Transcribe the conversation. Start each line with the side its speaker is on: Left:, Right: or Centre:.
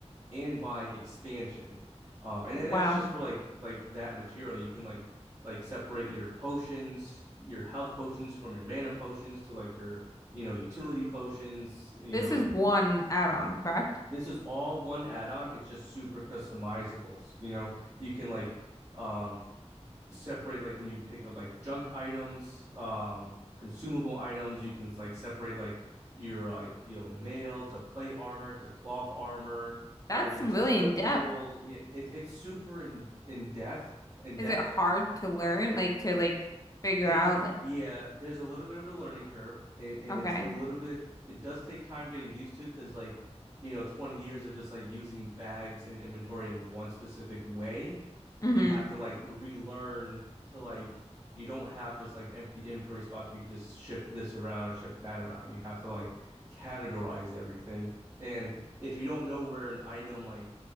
Right: and by expansion. Um, and
Left: Wow.
Right: then that's just for like like that material. You can like like separate your potions, your health potions from your mana potions to like your you know utility potions. You
Left: This
Right: know
Left: is one add-on, correct?
Right: this is all one add-on. It's just super customizable. You know you can like um separate like when you pick up like junk items, um, consumable items. You can like separate like your like you know mail to plate armor to cloth armor,
Left: That's
Right: whether it's
Left: really
Right: equipable.
Left: in depth.
Right: Yeah, it, it's super in in depth in
Left: Is
Right: depth
Left: it hard to learn, like to like figure
Right: there's
Left: out like
Right: yeah, there's a little bit of a learning curve and, and
Left: okay.
Right: it's a little bit it does take time getting used to because like you know, 20 years of just like using bags and inventory in one specific way,
Left: hmm
Right: you have to like relearn to like you don't have just like empty inventory spots where you can just shift this around and shift that around. You have to like categorize everything. And if you don't know where an item like